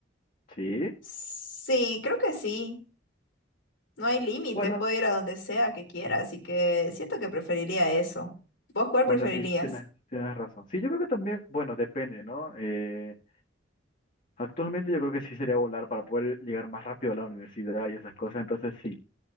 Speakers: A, on the left; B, on the left.
A: Sí,
B: Sí, creo que sí. No hay límites,
A: bueno,
B: puedo ir a donde sea que quiera, así que siento que preferiría eso. ¿Vos cuál preferirías?
A: bueno, sí, tienes, tienes razón. Sí, yo creo que también, bueno, depende, ¿no? Eh, Actualmente yo creo que sí sería volar para poder llegar más rápido a la universidad y esas cosas, entonces sí,